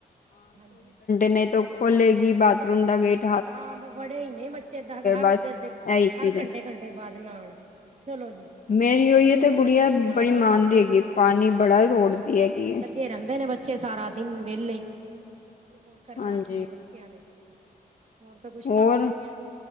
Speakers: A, on the right; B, on the left.
A: ਹਾਂਜੀ।
B: ਨੇ ਤੋਂ ਖੋਲੇਗੀ ਬਾਥਰੂਮ ਦਾ ਗੇਟ
A: ਹਾਂ ਫੜੇਈ ਨੇ ਬੱਚੇ ਏਦਾਂ ਹਰ
B: ਬਸ
A: ਅਧੇ -ਅੱਧੇ
B: ਇਹੀ
A: ਹਰ
B: ਚੀਜ਼ ਹੈ
A: ਘੰਟੇ- ਘੰਟੇ ਬਾਅਦ ਨਹਾਉਣ ਚਲੋ ਜੀ।
B: ਮੇਰੀ
A: ਕਦੀ
B: ਹੋਈ ਹੈ
A: ਪਾਣੀ,
B: ਤੇ ਗੁੜੀਆ
A: ਕਦੇ ਨਹਾਣਾ,
B: ਬੜੀ ਮਾਨਦੀ
A: ਕਦੀ ਸਿਰ
B: ਹੈਗੀ
A: ਧੋਣਾ,
B: ਪਾਣੀ
A: ਕਦੀ ਕੁਛ
B: ਬੜਾ
A: ਕਦੇ
B: ਰੋੜਦੀ
A: ਕੁਛ
B: ਹੈਗੀ ਹੈ
A: ਕਦੇ। ਰਹਿੰਦੇ ਨੇ ਬੱਚੇ ਸਾਰਾ ਦਿਨ ਵਿਹਲੇ, ਹੋਰ ਕਰਨਾ
B: ਹਾਂਜੀ
A: ਕੀ ਹੈ ਬੱਚਿਆਂ ਨੇ। ਹੋਰ ਤਾਂ ਕੁਛ
B: ਹੋਰ
A: ਕੰਮ ਹੀ ਨੀ ਹੈ,